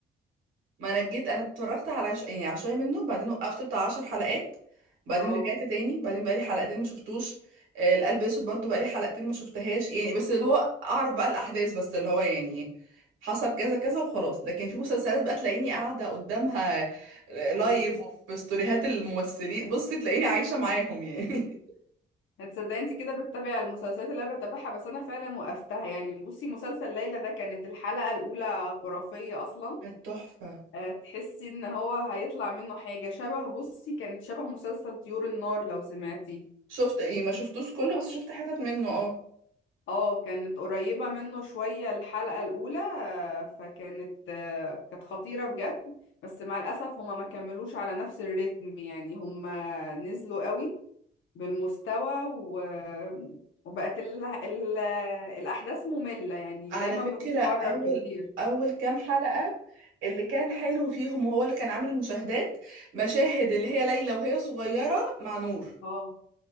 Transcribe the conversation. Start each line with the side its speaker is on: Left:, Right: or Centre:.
Right: ما انا جيت انا اتفرجت على ش... يعني على شويه منه وبعدين وقفت بتاع 10 حلقات بعدين
Left: اه
Right: رجعت تاني بعدين بقالي حلقتين ما شفتوش آه، القلب الاسود برضو بقالي حلقتين ما شفتهاش يعني بس اللي هو اعرف بقى الاحداث بس اللي هو يعني حصل كذا كذا وخلاص
Left: مم.
Right: لكن في مسلسلات بقى تلاقيني قاعده قدامها آه، لايف
Left: مم.
Right: وفي ستوريهات الممثلين بصي تلاقيني عايشه معاهم يعني <laughs>
Left: هتصدقي انت كده بتتابعي المسلسلات اللي انا بتابعها بس انا فعلا وقفتها يعني بصي مسلسل ليلى ده كانت الحلقة الاولى خرافية اصلا
Right: كانت تحفه
Left: أه تحسي ان هو هيطلع منه حاجة شبه بصي كانت شبه مسلسل طيور النار لو سمعتي
Right: شفت يعني ما شفتوش كله بس شفت حتت منه اه
Left: اه كانت قريبة منه شوية الحلقة الاولى أه فكانت أه كانت خطيرة بجد بس مع الاسف هما ما كملوش على نفس الريتم يعني هما نزلوا قوي بالمستوى و... وبقت ال... ال... الأحداث مملة يعني
Right: على
Left: دايما
Right: فكرة
Left: بتتكرر
Right: أول
Left: كتير
Right: أول كام حلقة اللي كان حلو فيهم وهو اللي كان عامل المشاهدات مشاهد اللي هي ليلى وهي صغيرة مع نور
Left: اه